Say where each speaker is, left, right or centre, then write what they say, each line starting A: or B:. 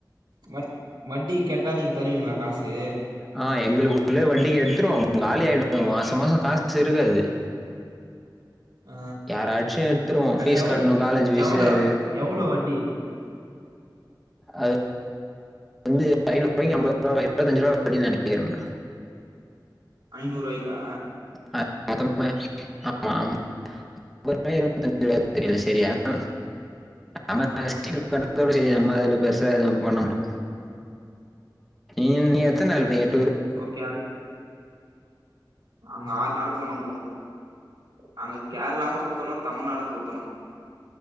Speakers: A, on the right; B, in the centre.
A: வட் வட்டிக்கு கெட்டா நீங்க தருவீங்களா காசு
B: ஆ எங்களுக்குள்ளவே வட்டிக்கு எடுத்துருவோ காலி ஆயிடு மாச மாச காசு இருக்காது
A: ஆ
B: யாராச்சு எடுத்துருவோ
A: அது
B: ஃபீஸ்
A: எவ்
B: கட்டணு காலேஜ்ஜீ பீஸ்சு
A: எவ்ளோ
B: அது
A: எவ்ளோ வட்டி
B: அது வந்து ஐநூறு ரூபாய்க்கு அம்பது ரூபா எம்பத்தி அஞ்சு ரூபா வட்டின்னு நெனைக்கிறே ப்ரோ
A: ஐநூருவாய்க்கா
B: <inaudible> தெரியில செரியா அ நம்ம
A: ஆ
B: சீட்டு கட்டறதோட செரி நம்ம அதுல பெருசா எது பண்ண மாட்டோ ம் நீங்க எத்தன நாள் போனீங்க டூரு
A: ஓகே அது நாங்க ஆறு நாள் போனோ ப்ரோ நாங்க கேரளாவு சுத்தணு தமிழ்நாடு சுத்துனோ